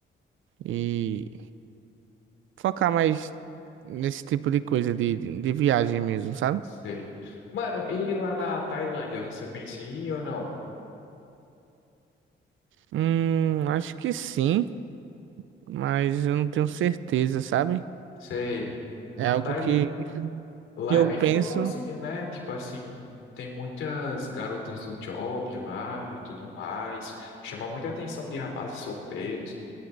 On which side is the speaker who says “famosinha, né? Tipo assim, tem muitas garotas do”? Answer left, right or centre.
Left